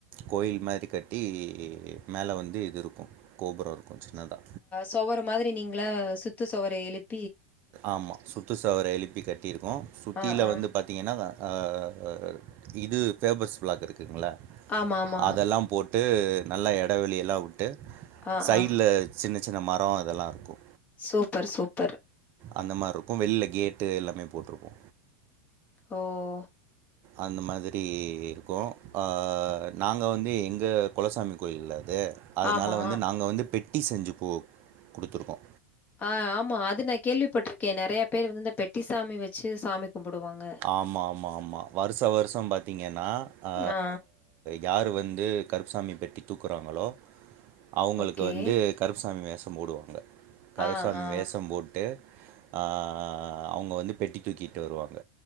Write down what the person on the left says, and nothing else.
சுவர் மாரி நீங்களா சுத்து சுவர எழுப்
ஆ ஆ
ஆமாமா.
ஆ
ஆ
சூப்பர் சூப்பர்
ஓ
ஆமா.
ஆ ஆமா அது நா கேள்விப்பட்டிருக்கே நெறைய பேரு வந்து இந்த பெட்டிசாமி வச்சு சாமி கும்பிடுவாங்க.
ஆ
ஓகே.
ஆ ஆ